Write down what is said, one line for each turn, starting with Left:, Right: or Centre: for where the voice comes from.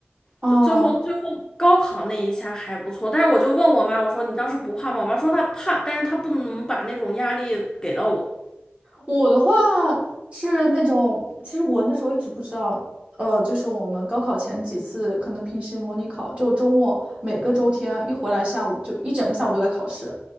Right: 哦，
Left: 就最后最后高考那一下还不错。但是我就问我妈，我说你当时不怕吗？我妈说她怕，但是她不能把那种压力给到我。
Right: 我的话是那种，其实我那时候一直不知道，呃，就是我们高考前几次可能平时模拟考，就周末每个周天啊一回来下午就一整个下午都在考试，